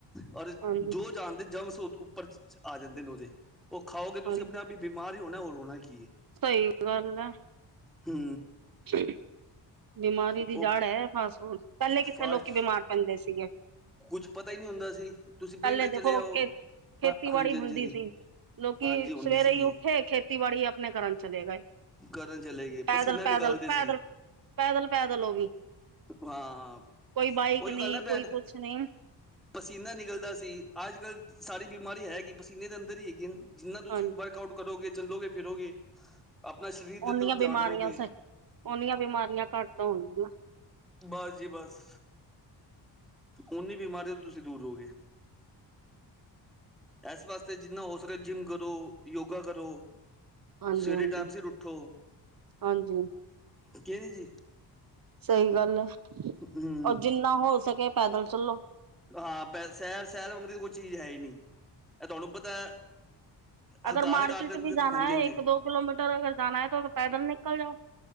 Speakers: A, in the centre; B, on the right.
A: ਔਰ
B: ਹਾਂਜੀ
A: ਜੋ ਜਹਾਨ ਦੇ ਜਮ ਉਸ ਉੱਪਰ ਆ ਜਾਂਦੇ ਨੇ, ਉਹਦੇ ਉਹ ਖਾਓਗੇ ਤੁਸੀਂ
B: ਹਾਂਜੀ
A: ਆਪਣੇ ਆਪ। ਵੀ ਬਿਮਾਰ ਹੀ ਹੋਣਾ ਹੋਰ ਹੋਣਾ ਕੀ।
B: ਸਹੀ ਗੱਲ ਆ।
A: ਹੂੰ
B: ਸੇ <inaudible> ਬਿਮਾਰੀ ਦੀ
A: ਉਹ
B: ਜੜ੍ਹ ਹੈ, ਫਾਸਟ ਫੂਡ ਪਹਿਲੇ ਕਿੱਥੇ
A: ਫਾਸਟ
B: ਲੋਕੀ ਬਿਮਾਰ ਪੈਂਦੇ ਸੀਗੇ।
A: ਕੁਛ ਪਤਾ ਹੀ ਨਹੀਂ ਹੁੰਦਾ ਸੀ, ਤੁਸੀਂ
B: ਪਹਿਲੇ
A: ਪਿੰਡ ਚਲੇ
B: ਦੇਖੋ
A: ਆਓ
B: ਖੇ ਖੇਤੀਬਾੜੀ
A: ਹਾਂ, ਹਾਂਜੀ,
B: ਹੁੰਦੀ
A: ਹਾਂਜੀ, ਹਾਂਜੀ।
B: ਸੀ ਲੋਕੀ
A: ਹਾਂਜੀ ਹੁੰਦੀ
B: ਸਵੇਰੇ
A: ਸੀ
B: ਹੀ
A: ਜੀ
B: ਉੱਠੇ ਖੇਤੀਬਾੜੀ ਆਪਣੇ ਕਰਨ ਚਲੇ ਗਏ।
A: ਕਰਨ ਚਲੇ ਗਏ
B: ਪੈਦਲ,
A: ਪਸੀਨਾ
B: ਪੈਦਲ,
A: ਨਿਕਾਲਦੇ
B: ਪੈਦਲ,
A: ਸੀ
B: ਪੈਦਲ ਲ ਪੈਦਲ ਹੋ ਵੀ
A: ਹਾਂ
B: ਕੋਈ ਬਾਈਕ
A: ਉਹੀ
B: ਨੀ
A: ਗੱਲ ਨਾ
B: ਕੋਈ
A: ਭੈਣ
B: ਕੁਛ ਨੀਂ।
A: ਪਸੀਨਾ ਨਿਕਲਦਾ ਸੀ, ਅੱਜ ਕੱਲ੍ਹ ਸਾਰੀ ਬਿਮਾਰੀ ਹੈਗੀ ਪਸੀਨੇ ਦੇ ਅੰਦਰ ਹੀ ਹੈਗੀ। ਜਿਨਾ ਤੁਸੀਂ
B: ਹਾਂਜੀ
A: ਵਰਕ-ਆਊਟ ਕਰੋਗੇ ਚੱਲੋਗੇ ਫਿਰੋਗੇ ਆਪਣਾ ਸਰੀਰ ਦੇ
B: ਓਨੀਆਂ
A: ਤਰਫ
B: ਬਿਮਾਰੀਆਂ
A: ਧਿਆਨ ਦਉਗੇ।
B: ਸ ਓਨੀਆਂ ਬਿਮਾਰੀਆਂ ਘੱਟ ਹੋਣਗੀਆਂ
A: ਬਸ ਜੀ ਬਸ। ਉਨੀ ਬਿਮਾਰੀਆਂ ਤੋਂ ਤੁਸੀਂ ਦੂਰ ਹੋਗੇ। ਐਸ ਵਾਸਤੇ ਜਿੰਨਾ ਹੋ ਸਕੇ ਜਿੰਮ ਕਰੋ, ਯੋਗਾ ਕਰੋ।
B: ਹਾਂਜੀ
A: ਸਵੇਰੇ
B: ਹਾਂਜੀ
A: ਟੈਮ ਸਿਰ ਉੱਠੋ।
B: ਹਾਂਜੀ
A: ਕਿ ਨੀ ਜੀ।
B: ਸਹੀ ਗੱਲ ਐ,
A: ਹੂੰ
B: ਔਰ ਜਿੰਨਾ ਹੋ ਸਕੇ ਪੈਦਲ ਚਲੋ।
A: ਹਾ, ਪੈ ਸੈਰ ਸੈਰ ਵਾਂਗਦੀ ਦੀ ਕੋਈ ਚੀਜ਼ ਹੈ ਈ ਨੀ। ਐਹ ਤੁਹਾਨੂੰ ਬਤ ਤਾਂ
B: ਅਗਰ
A: ਹੰਕਾਰ
B: ਮਾਰਕੀਟ
A: ਕਰ ਦੇਣ,
B: ਵੀ ਜਾਣਾ
A: ਹਾਂਜੀ-ਹਾਂਜੀ।
B: ਹੈ ਇੱਕ ਦੋ ਕਿਲੋਮੀਟਰ ਅਗਰ ਜਾਣਾ ਹੈ ਤੋ ਫਿਰ ਪੈਦਲ ਨਿਕਲ ਜਾਓ।